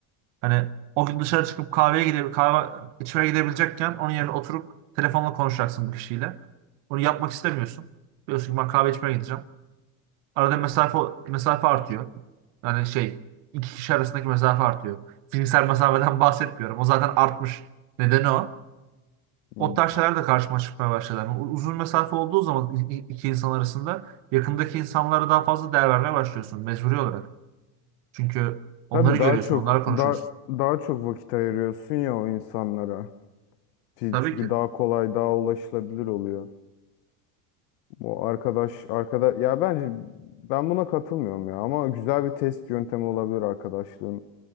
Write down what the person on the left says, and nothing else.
Hmm.
Tabii
daha çok
daha daha çok vakit ayırıyorsun ya o insanlara. Fi-
Çünkü
daha kolay, daha ulaşılabilir oluyor. Bu arkadaş arkadaş ya bence ben buna katılmıyorum ya ama güzel bir test yöntemi olabilir arkadaşlığın